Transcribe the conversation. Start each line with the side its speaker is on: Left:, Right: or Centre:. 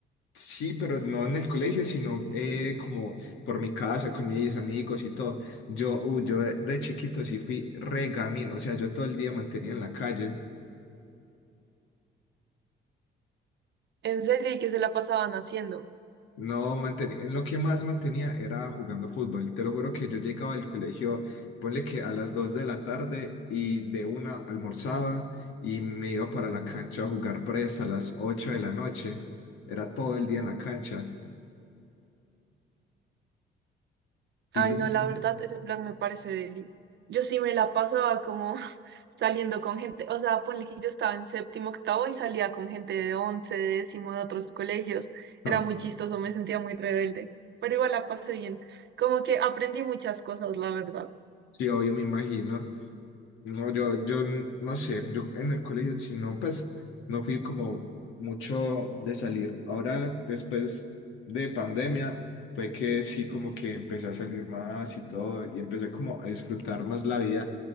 Left: sí, pero no en el colegio, sino eh, como por mi casa, con mis amigos y todo. Yo, uh, yo de de chiquito sí fui regamín, o sea, yo todo el día mantenía en la calle.
Right: En serio, ¿y qué se la pasaban haciendo?
Left: No, mantenía, en lo que más mantenía era jugando fútbol. Te lo juro que yo llegaba al colegio, ponle que a las 2 de la tarde y de una almorzaba y me iba para la cancha a jugar presa a las 8 de la noche. Era todo el día en la cancha. Y
Right: Ay,
Left: luego,
Right: no, la verdad, ese plan me parece deli. Yo sí me la pasaba como <laughs> saliendo con gente, o sea, ponle que yo estaba en séptimo, octavo y salía con gente de once, de décimo, de otros colegios.
Left: ah,
Right: Era muy chistoso, me sentía muy rebelde, pero igual la pasé bien. Como que aprendí muchas cosas, la verdad.
Left: sí, obvio, me imagino. No, yo, yo no sé, yo en el colegio, si no, pues no fui como mucho de salir. Ahora, después de pandemia, fue que sí, como que empecé a salir más y todo, y empecé como a disfrutar más la vida,